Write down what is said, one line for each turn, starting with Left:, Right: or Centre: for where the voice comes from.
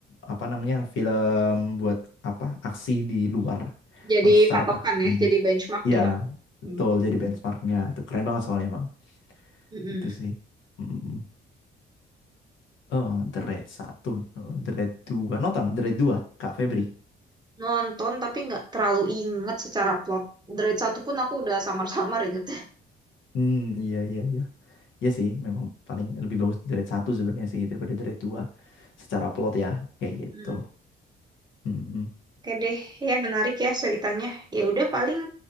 Left: apa namanya film buat apa aksi di luar
Right: jadi
Left: untuk secara
Right: patokan
Left: koreografi.
Right: ya, jadi benchmark
Left: Iya
Right: dia. Hmm.
Left: betul jadi benchmarknya itu keren banget soalnya emang
Right: Mm-mm.
Left: itu sih. Mm, mm. Oh Dread satu Dread dua nonton Dread dua Kak Febri.
Right: Nonton tapi nggak terlalu inget secara plot. Dari satu pun aku udah samar-samar inget
Left: Hmm iya iya iya. Iya sih, memang paling lebih bagus di Dread 1 sebenarnya sih daripada Dread 2 secara plot ya, kayak gitu.
Right: ya
Left: Mm-mm.
Right: Oke deh, ya menarik ya ceritanya. Ya udah paling